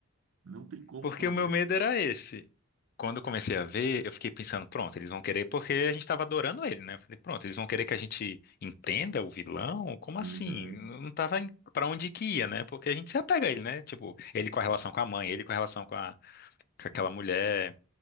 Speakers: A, on the right; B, on the left.
A: não tem como
B: Porque
A: salvar.
B: o meu
A: esse-
B: medo era esse. Quando eu comecei a ver, eu fiquei pensando, pronto, eles vão querer, porque a gente tava adorando ele, né? Eu falei, pronto, eles vão querer que a gente entenda o vilão? Como assim?
A: Uhum.
B: Eu Não tava em- pra onde que ia, né? Porque a gente se apega a ele, né? Tipo, ele
A: Sim,
B: com a relação com a mãe, ele com a relação com, a, com aquela mulher.